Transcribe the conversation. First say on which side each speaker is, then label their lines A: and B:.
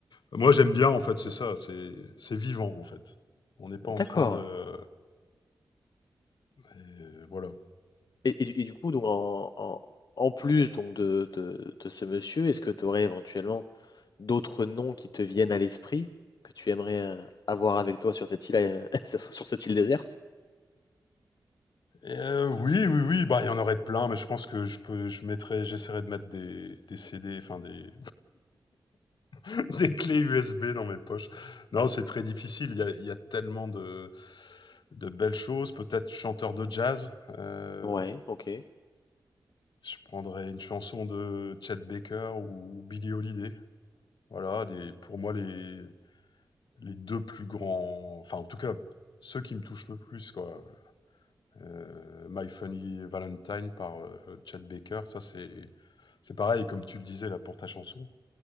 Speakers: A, on the left; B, on the left.
A: moi j'aime bien en fait, c'est ça, c'est c'est vivant en fait. On n'est pas
B: d'accord.
A: en train de, et voilà.
B: Et, et du et du coup, donc en, en, en plus donc de, de, de ce monsieur, est-ce que tu aurais éventuellement d'autres noms qui te viennent à l'esprit que tu aimerais euh, avoir avec toi sur cette île, euh, <laughs> sur cette île déserte?
A: Et, euh, oui, oui, oui, bah il y en aurait plein, mais je pense que je peux, je mettrai, j'essaierai de mettre des, des CD, enfin des, <laughs> des clés USB dans mes poches. Non, c'est très difficile. Il y a, il y a tellement de, de belles choses. Peut-être chanteur de jazz. euh,
B: Ouais, ok.
A: je prendrais une chanson de Chet Baker ou Billie Holiday. Voilà, des, pour moi les, les deux plus grands, enfin en tout cas ceux qui me touchent le plus quoi. Euh, My Funny Valentine par euh, Chad Baker, ça c'est c'est pareil comme tu le disais là pour ta chanson,